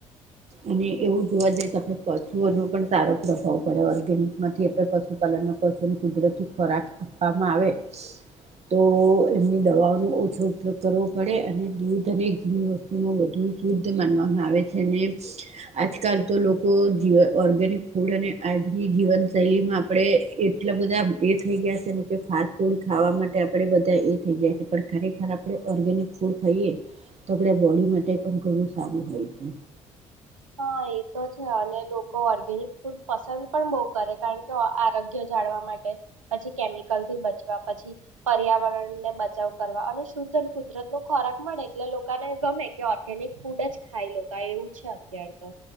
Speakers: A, on the right; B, on the right.
A: અને એવું જોવા જઈએ તો આપણે પશુઓનો પણ સારો પ્રભાવ પડે ઓર્ગેનિક માંથી આપણે પશુપાલન ના પશુઓને કુદરતી ખોરાક આપવામાં આવે તો એમની દવાઓનો ઓછો ઉપયોગ કરવો પડે અને દૂધ અને ઘીની વસ્તુ વધુ શુદ્ધ માનવામાં આવે છે અને આજકાલ તો લોકો જ ઓર્ગેનિક ફૂડ અને આજની જીવનશૈલીમાં આપણે એટલા બધા એ થઈ ગયા છે ને કે ફાસ્ટ ફૂડ ખાવા માટે આપણે બધા એ થઈ ગયા છે પણ ખરેખર આપણે ઓર્ગેનિક ફૂડ ખાઈએ તો આપડા બોડી માટે પણ ઘણું સારું હોય છે.
B: હા એ તો છે અને લોકો ઓર્ગેનિક ફૂડ પસંદ પણ બહ કરે કારણ કે આરોગ્ય જાળવા માટે પછી કેમિકલ થી બચવા પછી પર્યાવરણ ને બચાવ કરવા અને શુદ્ધ અને કુદરત નું ખોરાક મળે એટલે લોકાને ગમે કે ઓર્ગેનિક ફૂડ જ ખાઈ લો એવું છે. ત્યાર તો